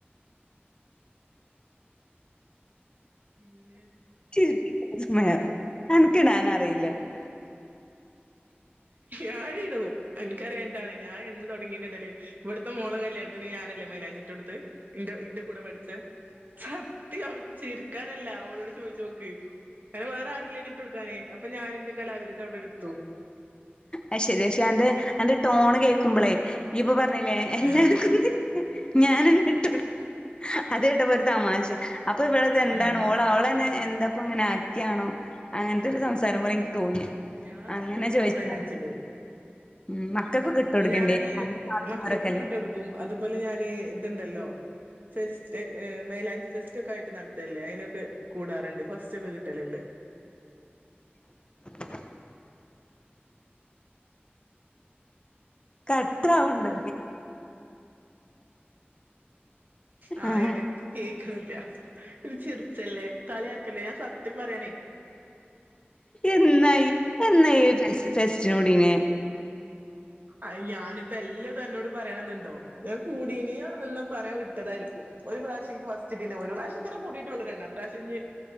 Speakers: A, on the right; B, on the left.
A: പിന്നെ
B: ചിര് എനക്കിടാൻ അറിയില്ലേനു
A: ഞാനിടു എനിക്കറിയാഞ്ഞിട്ടാണ് ഞാൻ എന്ന് തൊടങ്ങിയണ് ഇടല് ഇവിടുത്തെ മോള കല്യാണത്തിന് ഞാനല്ലെ മൈലാഞ്ചി ഇട്ടൊടുത്തെ ഇന്റെ ഇന്റെ കൂടെ പഠിച്ച സത്യം ചിരുക്കാനല്ല ഓരോട് ചോയിച്ചോക്ക് കാരം വേറെ ആരുല്ലേനി ഇട്ടൊടുക്കാനേ അപ്പൊ ഞാനെന്റെ കലാവിരുദ് അവിടെടുത്തു
B: അയ്ശരി ക്ഷെ അന്റെ അന്റെ ടോൺ കേക്കുമ്പളെ ഈയിപ്പൊ പറഞ്ഞില്ലേ എല്ലാർക്കും
A: ഏഹ്
B: ഞാനന്നെ ഇട്ടൊടു അത് കേട്ടപ്പോ ഒരു തമാശ അപ്പൊ ഇവിടെത് എന്താണ്
A: ഏഹ്
B: ഓള അവളന്നെ എന്താപ്പ അങ്ങനെ ആക്കിയാണോ അങ്ങനത്തെ സം തരമുറ എനിക്ക് തോന്നി
A: ഞാൻ
B: അങ്ങനെ
A: നല്ലോ
B: ചോദിച്ചതാ
A: മൈലാഞ്ചിടും
B: ഉം മക്കൾക്കൊക്കെ ഇട്ട് കൊടുക്കണ്ടേ
A: ഞാനീ
B: നല്ല പാത്തുമ്മാരൊക്കെല്ലേ
A: മക്കൾക്ക് കെട്ടെടുക്കും അതുപോലെ ഞാൻ ഇതുണ്ടല്ലോ ഫെസ്റ്റ് മൈലാഞ്ചി ഫെസ്റ്റ് ഒക്കെ ആയിട്ട് നടത്തല്ലേ അതിനൊക്കെ കൂടാറുണ്ട് ഫസ്റ്റ് ഒക്കെ കിട്ടലുണ്ട്
B: <inaudible> കട്ട ആവ്ണ്ട്
A: അഹ്
B: ആഹ്
A: യടക്ക് കേക്ക്ണ്ല്ല ഇജ്ജ് ചിറിച്ചല്ലേ കളിയാക്കല്ലേ ഞാൻ സത്യം പറയാണേ
B: എന്നായി എന്നായി ഫെസ്റ്റ് ഫെസ്റ്റിന് കൂഠിന്യ
A: അയി ഞാനിപ്പ എല്ലാം അന്നോട് പറയണെന്നുണ്ടോ ഞാൻ കൂടീന എന്നാ പറയാൻ വിട്ടതായിരിക്കും ഒരു പ്രാവശ്യം എനിക്ക് ഫസ്റ്റ് കിട്ടീട്ടുണ്ട് ഒരു പ്രാവശ്യത്തിനെ കൂടിയിട്ടുള്ളരുണ്ട് അടുത്ത പ്രാവശ്യം ഇനി